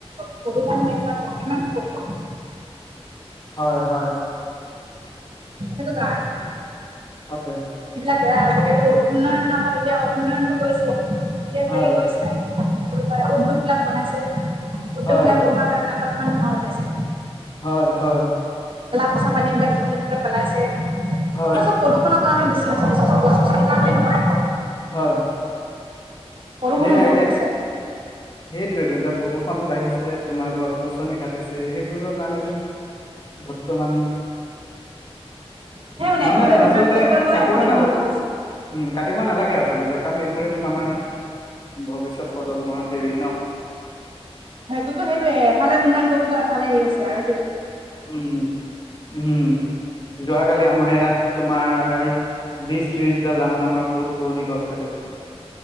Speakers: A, on the right; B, on the left.
A: সৰুষণ হ'লে কিমান কিমান পৰিব?
B: হয়-হয়
A: সেইটে কাৰণে
B: হয়।
A: এতিয়া আজিকালি উন্নয়নৰ নামত এতিয়া উন্নয়নতটো কৈছে
B: হয়
A: হেৰি কৰিছে কয় উদ্যোগ বিলাক বনাইছে উদ্যোগ
B: হয়
A: বিলাক বনোৱা কাৰণে ত <unintelligible> খাওঁ ওলাইছে।
B: হয় হয়।
A: পঁচা পানী বিলাক যতে ততে পেলাইছে
B: হয়
A: আপোনাৰ চব <unintelligible> <unintelligible> গছ গছনিৰ কাৰণে নহয়
B: হয়।
A: বৰষুণো
B: সেয়া
A: বহুত
B: এতিয়া
A: আছে।
B: সেইটোৱেতো এতিয়া প্ৰদূ্ষণ বাঢ়িছে তোমাৰ গছ গছনি কাটিছে সেইবোৰৰ কাৰণ, বৰ্তমান
A: সেই
B: মানে
A: এফালে উন্নয়ন
B: আচলতে
A: কৰিব গৈ
B: কাটিব
A: এফালে
B: নাল
A: ধ্বংস
B: উ
A: কৰিছে
B: কাতিবা নালাগে আচলতে কাৰণ এইবোৰত আমাৰ ভৱিষ্যত প্ৰজন্মৰ হেৰি ন।
A: সেইটোতো সেইটোয়ে এফালে উন্নয়ন কৰিব গ এফালে হে আ হৈছে আৰু সটো।
B: উম উম। যোৱাকালি আমাৰ ইয়াত তোমাৰ বিশ ত্ৰিশডাল ডাঙৰ ডাঙৰ বহুত পুৰণি গছ কাটিছে